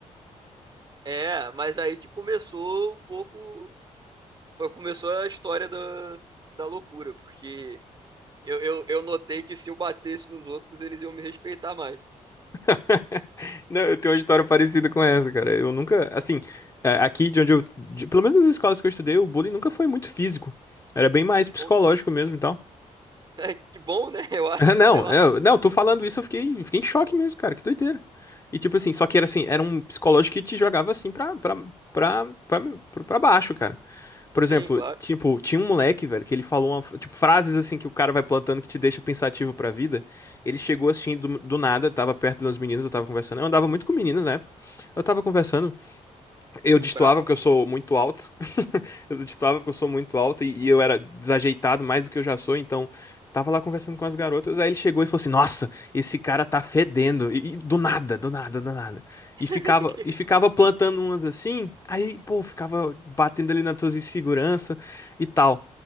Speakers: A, on the right; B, on the left.
A: É, mas aí que começou um pouco. Foi, começou a história da, da loucura, porque. Eu, eu, eu notei que se eu batesse nos outros, eles iam me respeitar mais.
B: <laughs> Não, eu tenho uma história parecida com essa, cara. Eu nunca, assim, é, aqui de onde eu, de- pelo menos nas escolas que eu estudei, o bullying nunca foi muito físico. Era bem mais psicológico
A: Bom,
B: mesmo,
A: <laughs> né? Que bom, né? Eu
B: <laughs>
A: acho,
B: Ah, Não,
A: sei lá.
B: eu, não, Tô falando isso, eu fiquei, fiquei em choque mesmo, cara, que doideira. E tipo assim, só que era assim, era um psicológico que te jogava assim pra, pra, pra, pra, pra baixo, cara. Por exemplo,
A: Sim, claro.
B: tipo, tinha um moleque, velho, que ele falou uma, tipo, frases assim que o cara vai plantando que te deixa pensativo pra vida. Ele chegou assim do, do nada, tava perto de umas meninas, eu tava conversando. Eu andava muito com meninas na época. Eu tava conversando, eu destoava
A: Brabo.
B: porque eu sou muito alto. Eu destoava porque eu sou muito alto e, e eu era desajeitado mais do que eu já sou, então tava lá conversando com as garotas, aí ele chegou e falou assim: "Nossa, esse cara tá fedendo". E, e do nada, do nada, do nada.
A: <laughs>
B: E ficava e ficava plantando umas assim, aí, pô, ficava batendo ali nas tuas inseguranças e tal.